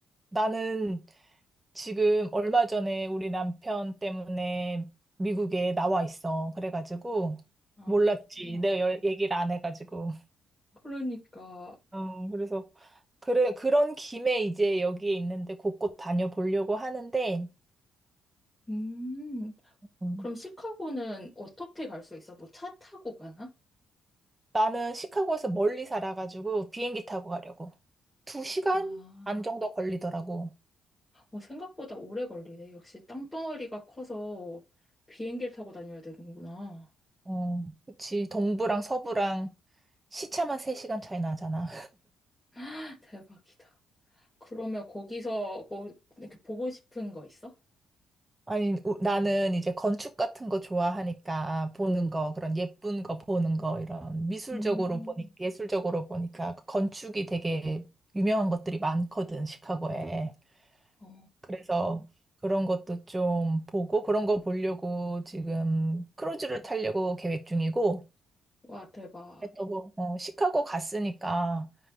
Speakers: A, on the right; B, on the left.
A: 나는 지금 얼마 전에 우리 남편 때문에 미국에 나와 있어. 그래가지고
B: 아,
A: 몰랐지.
B: 아.
A: 내가 여- 얘기를 안 해가지고.
B: 그러니까.
A: 어, 그래서 그래 그런 김에 이제 여기에 있는데 곳곳 다녀보려고 하는데
B: 음,
A: 음,
B: 그럼 시카고는 어떻게 갈 수 있어? 뭐 차 타고 가나?
A: 나는 시카고에서 멀리 살아가지고 비행기 타고 가려고. 두 시간
B: 아,
A: 안 정도 걸리더라고.
B: 어, 생각보다 오래 걸리네. 역시 땅덩어리가 커서 비행기를 타고 다녀야 되는구나. <gasps>
A: 어, 그치. 동부랑 서부랑 시차만 세 시간 차이 나잖아.
B: <laughs> 대박이다. 그러면 거기서 뭐 이렇게 보고 싶은 거 있어?
A: 아니, 우- 나는 이제 건축 같은 거 좋아하니까 보는 거, 그런 예쁜 거 보는 거, 이런 미술적으로
B: 음,
A: 보니, 예술적으로 보니까 그 건축이 되게 유명한 것들이 많거든, 시카고에.
B: 어,
A: 그래서 그런 것도 좀 보고 그런 거 보려고 지금 크루즈를 타려고 계획 중이고,
B: 와, 대박.
A: 또 뭐, 어, 시카고 갔으니까